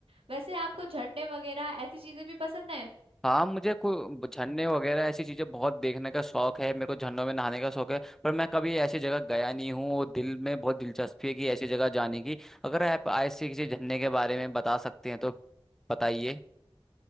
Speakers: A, on the right; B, in the centre.
A: वैसे आपको झरने वगैरह ऐसी चीजें भी पसंद है
B: हाँ मुझे कोई झरने वगैरह ऐसी चीजें बहुत देखने का शौक है मेरे को झरनों में नहाने का शौक है पर मैं कभी ऐसी जगह गया नहीं हूँ और दिल में बहुत दिलचस्पी है कि ऐसी जगह जाने की अगर आप ऐसे किसी झरने के बारे में बता सकते हैं तो बताइए